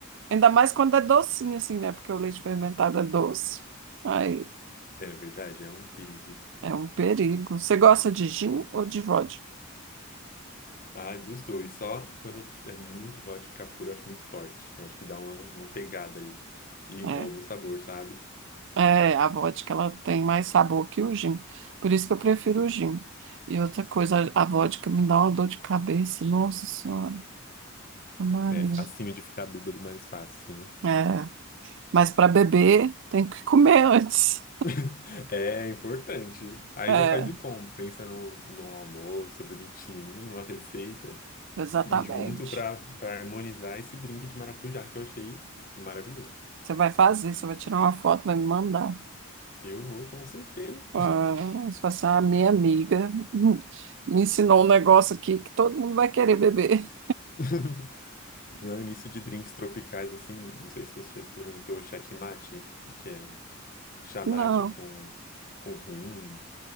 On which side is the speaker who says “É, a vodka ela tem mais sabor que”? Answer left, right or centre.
Right